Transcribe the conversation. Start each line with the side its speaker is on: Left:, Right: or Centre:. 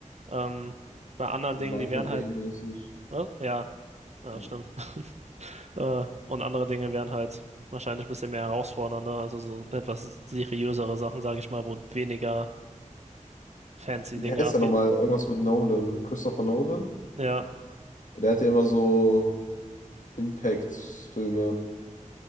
Right: Ähm, bei anderen
Left: So
Right: Dingen,
Left: Michael
Right: die wären halt,
Left: Bay-mäßig.
Right: äh, ja, ja,
Left: Ja.
Right: stimmt. <laughs> Äh, und andere Dinge wären halt wahrscheinlich ein bisschen mehr herausfordernder, also so etwas seriösere Sachen, sage ich mal, wo weniger fancy
Left: Wie
Right: Dinge
Left: heißt
Right: abgehen.
Left: der nochmal? Irgendwas mit Nolan. Christopher Nolan?
Right: Ja,
Left: Der hat ja immer so Impact-Filme.